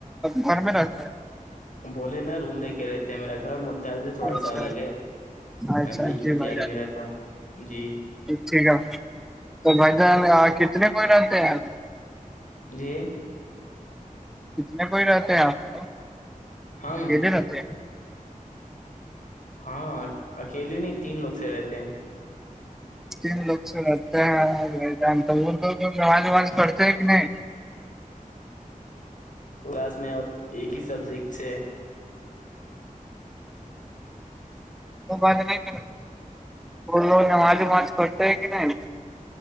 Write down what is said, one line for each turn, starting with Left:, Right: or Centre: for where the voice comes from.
Centre: گھر میں رہتا ہے
Left: بولے نا رومرے کے رہتے ہیں میرا گھر تو
Centre: ہیں
Left: تھوڑا
Centre: اچھا
Left: سا الگ ہے
Centre: اچھا
Left: بیچ
Centre: جی
Left: متھیاری
Centre: بھائی جان
Left: میں رہتا ہوں جی
Centre: ٹھیک ہے تو بھائی جان کتنے کوئی رہتے ہیں آپ
Left: جی
Centre: کتنے کوئی رہتے ہیں آپ لوگ
Left: ہم
Centre: رہتے ہیں
Left: ہاں اکیلے نہیں تین لوگ سے رہتے ہیں
Centre: تین لوگ سے رہتے ہیں جان وہ لوگ آواز وواز پڑتے ہیں کہ نہیں
Left: کلاس میں ایک ہی سبجیکٹ سے
Centre: وہ ب نہیں کر وہ لوگ نماز وماز پڑتے ہیں کہ نہیں